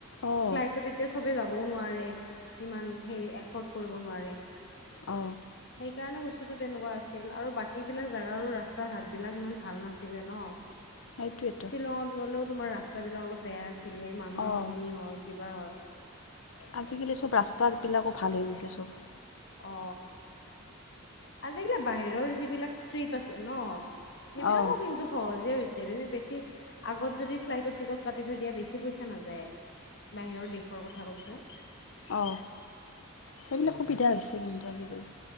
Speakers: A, on the left; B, on the left.
A: অঁ
B: ফ্লাইটত এতিয়া চবে যাবও নোৱাৰে। ইমান হেই এফৰ্ড কৰিব নোৱাৰে।
A: অ
B: সেইকাৰণে বস্তুতো টো তেনেকুৱা আছ আছিল আৰু বাকীবিলাক জাগা ৰাস্তা - ঘাটবিলাক ইমান ভাল নাছিলে ন?
A: সেইটোৱেতো
B: শ্বিলঙত গ'লেও তোমাৰ ৰাস্তাবিলাক অলপ বেয়া আছিলে মানুহৰ
A: অঁ
B: বমি হয়। কিবা হয়।
A: আজিকালি চব ৰাস্তাবিলাকো ভাল হৈ গৈছে চব।
B: অ, আজিকালি বাহিৰৰ যিবিলাক ট্ৰিপ আছে ন সেইবিলাকো
A: অঁ
B: কিন্তু সহজে হৈছ ছে <unintelligible> বে বেছি আগত যদি ফ্লাইটত টিকট কাটি থৈ দিয়া বেছি পইচা নাযায়। বাহিৰৰ দেশৰ কথা কৈছো।
A: অ সেইবিলাক সুবিধা হৈছে কিন্তু আজিকালি।